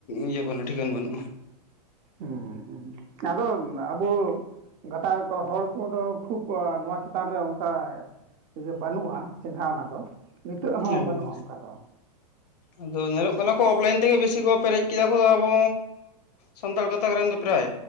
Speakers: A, on the left; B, on the right.
A: ᱤᱭᱟᱹ ᱵᱟᱹᱱᱩᱜ ᱴᱷᱤᱠᱟᱹᱱ ᱵᱟᱹᱱᱩᱜᱼᱟ᱾
B: ᱩᱸ ᱩᱸ ᱟᱫᱚ ᱟᱵᱩ ᱜᱟᱛᱟᱠ ᱦᱚᱲ ᱠᱚᱫᱚ ᱠᱷᱩᱵ ᱠᱚ ᱱᱚᱣᱟ ᱪᱮᱛᱟᱱ ᱨᱮ ᱚᱝᱠᱟ ᱤᱭᱟᱹ ᱵᱟᱹᱱᱩᱜᱼᱟ ᱪᱮᱸᱜᱷᱟᱣᱱᱟ ᱫᱚ ᱱᱤᱛᱚᱜ ᱦᱚᱸ
A: ᱮᱠᱵᱟᱨᱮ᱾
B: ᱵᱟᱹᱱᱩᱜᱼᱟ ᱚᱝᱠᱟ ᱫᱚ᱾
A: ᱟᱫᱚ ᱧᱮᱞᱚᱜ ᱠᱟᱱᱟ ᱠᱚ ᱚᱯᱷᱞᱟᱭᱤᱱ ᱛᱮᱜᱮ ᱵᱮᱥᱤ ᱠᱚ ᱯᱮᱨᱮᱡ ᱠᱮᱫᱟ ᱠᱚ, ᱟᱵᱚ ᱥᱟᱱᱛᱟᱲ ᱜᱟᱛᱟᱠ ᱨᱮᱱ ᱫᱚ ᱯᱨᱟᱭ